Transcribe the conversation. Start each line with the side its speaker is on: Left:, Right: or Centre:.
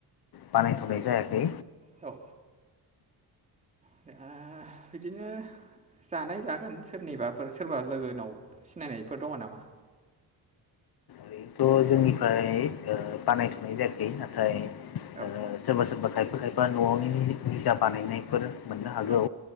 Left: बानायथ'नाय जायाखै।
Right: औ जोंआ बिदिनो जानाय जागोन सोरनिबाफोर सोरबा लोगोनाव सिनायनायफोर दङ नामा?
Left: बेथ' जोंनिफ्राय ओ बानायथ'नाय जायाखै नाथाय ओ
Right: औ
Left: सोरबा सोरबा खायफा खायफा न'आवनि निजा बानायनायफोर मोननो हागौ
Right: औ